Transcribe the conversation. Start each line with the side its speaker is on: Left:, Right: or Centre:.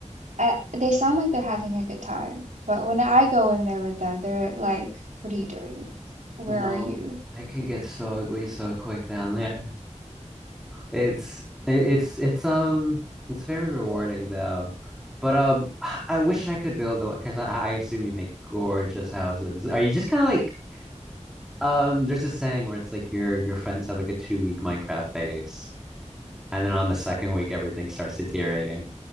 Right: I, they sound like they're having a good time, but when I go in there with them, they're like, "What are you doing? Where
Centre: no,
Right: are you?"
Centre: I can get so ugly so quick down there. It's it- it's it's um it's very rewarding though. But um I wish I could build the because I, I assume you make gorgeous houses. Are you just kind of like um there's a saying where it's like your your friends have like a two week Minecraft phase. And then on the second week, everything starts deteriorating.